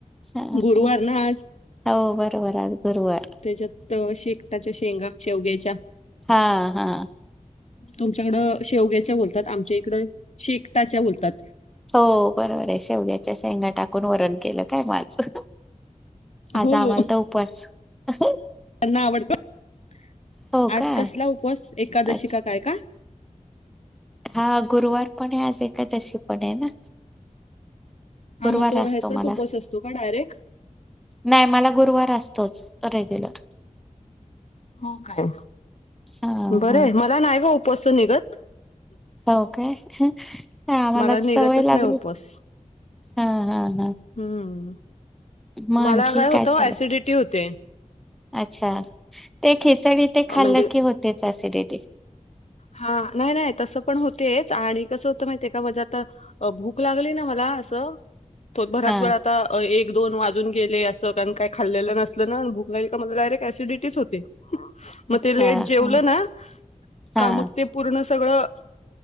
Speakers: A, in the centre; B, on the left.
A: हा हा
B: गुरुवार ना आज
A: हो बरोबर आज गुरुवार
B: त्याच्यात शेकटाच्या शेंगा शेवग्याच्या
A: हा हा
B: तुमच्याकडं शेवग्याच्या बोलतात आमच्या इकडं शेकटाच्या बोलतात
A: हो बरोबर आहे शेवग्याच्या शेंगा टाकून वरण केलं काय म आज आज
B: हो
A: आम्हाला तर उपवास <unintelligible>
B: त्यांना आवडत <unintelligible>
A: हो
B: आज
A: का
B: कसला उपवास एकादशीका
A: अच्छा
B: काय का
A: हा गुरुवार पण आहे आज एकादशी पण आहे ना
B: हा
A: गुरुवार
B: मग तो
A: असतो
B: ह्याचाच
A: मला
B: उपवास असतो का डायरेक्ट
A: नाही मला गुरुवार असतोच रेग्युलर
B: हो काय
A: हा
B: बरय
A: हा
B: मला नाही ग उपवास च निगत
A: हो काय आम्हाला
B: मला निघतच
A: सवय लागली
B: नाही उपवास
A: हा हा ह
B: हम्म
A: मग
B: मला
A: आणखी
B: होतं
A: काय चालंय
B: ऍसिडिटी होते
A: अच्छा ते खिचडी ते
B: अ,
A: खाल्लं
B: म्हणजे
A: की होतेच ॲसिडिटी
B: हा नाही नाही तसं पण होतेच आणि कसं होतं माहितय का म्हणजे आता भूक लागली ना मला अस बराच
A: हा
B: वेळ आता एक एक दोन वाजून गेले असं कारण काही खाल्लेलं नसलं ना भूक नाहील का मला डायरेक्ट एसिडिटीच होते मग
A: अच्छा
B: ते लेट
A: हा
B: जेवलं ना
A: हा
B: का मग ते पूर्ण सगळं